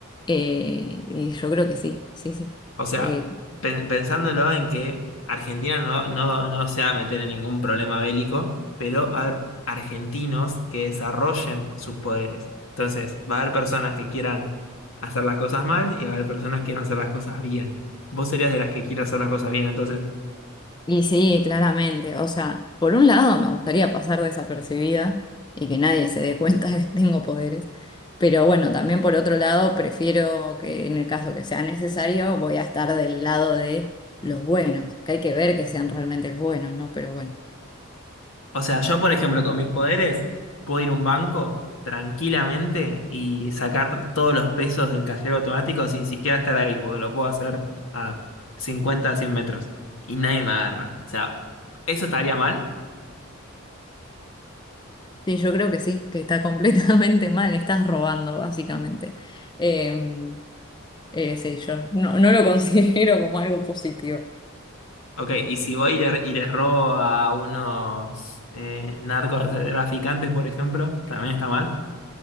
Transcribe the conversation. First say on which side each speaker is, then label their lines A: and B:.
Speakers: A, on the left (about 20°); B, on the left (about 65°).
A: eh, y yo creo que sí, sí, sí.
B: O sea,
A: Sí,
B: pen- pensándolo en que Argentina no, no, no se va a meter en ningún problema bélico, pero va a haber argentinos que desarrollen sus poderes. Entonces, va a haber personas que quieran hacer las cosas mal y va a haber personas que quieran hacer las cosas bien. Vos serías de las que quiere hacer las cosas bien, entonces
A: y sí, claramente. O sea, por un lado me gustaría pasar desapercibida y que nadie se dé cuenta <laughs> que tengo poderes, pero bueno, también por otro lado prefiero que en el caso que sea necesario voy a estar del lado de los buenos, que hay que ver que sean realmente los buenos, ¿no? Pero bueno.
B: O sea, yo, por ejemplo, con mis poderes, puedo ir a un banco tranquilamente y sacar todos los pesos del cajero automático sin siquiera estar ahí, porque lo puedo hacer a 50, 100 metros y nadie me agarra. O sea, ¿eso estaría mal?
A: Sí, yo creo que sí, que está <laughs> completamente mal, estás robando básicamente. Eh, eh, sí, yo no, no lo <laughs> considero como algo positivo.
B: Ok, y si voy y le- y les robo a unos eh, narcotraficantes, por ejemplo, ¿también está mal?